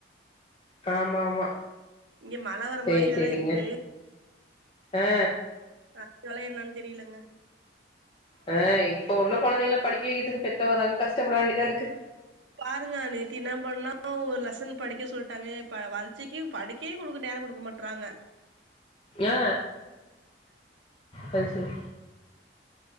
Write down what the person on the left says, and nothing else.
ஆமா ஆமா
சேரி
சேரிங்க
அ
அ இப்ப உள்ள கொழந்தைங்கள படிக்க வெக்கிற்துக்கு பெத்தவங்க தாங்க கஷ்டப்பட வேண்டிதா இருக்கு
ஏ அது செரி